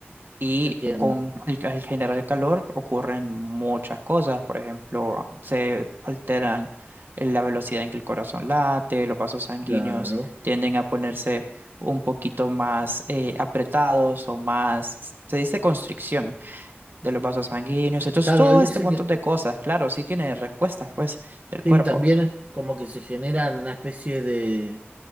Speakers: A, on the right (about 50°); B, on the right (about 35°).
A: Y
B: entiendo.
A: con el, al generar calor ocurren muchas cosas, por ejemplo, se alteran eh, la velocidad en que el corazón late, los vasos sanguíneos
B: Claro.
A: tienden a ponerse un poquito más eh, apretados o más, se dice constricción de los vasos sanguíneos. Entonces,
B: Claro,
A: todo
B: él dice
A: este montón
B: que
A: de cosas, claro, sí tiene respuestas, pues, del
B: sí,
A: cuerpo.
B: también como que se genera una especie de...